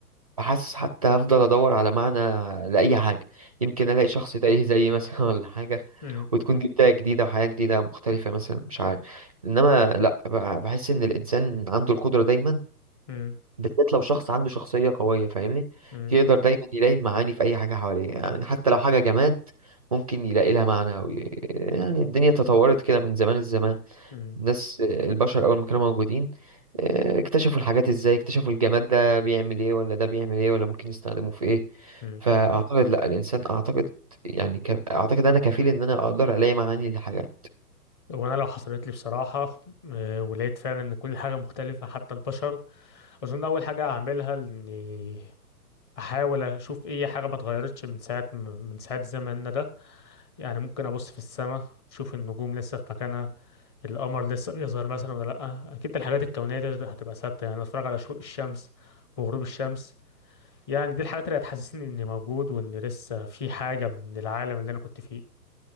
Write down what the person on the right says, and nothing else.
بحاسس حتى هفضل ادور على معنى لاي حاجة يمكن الاقي شخص تايه زيي مثلا <laughs> ولا حاجة
وتكون دي بداية جديدة وحياة جديدة مختلفة مثلا مش عارف انما لا بح- بحس ان الانسان عنده القدرة دايما
بالذات لو شخص عنده شخصية قوية فاهمني
يقدر دايما يلاقي المعاني في أي حاجة حواليه يعني حتى لو حاجة جماد ممكن يلاقي لها معنى أو ي- يعني الدنيا تطورت كده من زمان الزمان
الناس البشر أول ما كانوا موجودين آه، اكتشفوا الحاجات إزاي اكتشفوا الجماد ده بيعمل إيه ولا ده بيعمل إيه ولا ممكن نستخدمه في إيه
فأعتقد لأ الإنسان أعتقد يعني ك... أعتقد أنا كفيل إن أنا أقدر ألاقي معاني للحاجات